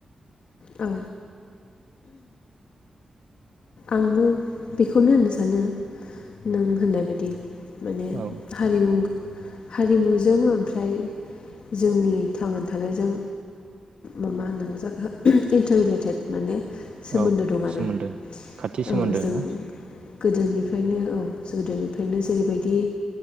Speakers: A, on the left; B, on the right.
A: औ आंबो बेखौनो होननो सानो नों होननाय बायदि माने
B: औ
A: हारिमु हारिमुजों ओमफ्राय जोंनि थांनानै थानायजों ओम मा होननांगौ जाखो इन्टार रिलेटेड माने सोमोन्दो
B: औ
A: दं आरो
B: सोमोन्दो
A: औ
B: खाथि सोमोन्दो
A: जों
B: ना
A: गोदोनिफ्रायनो औ गोदोनिफ्रायनो जेरैबायदि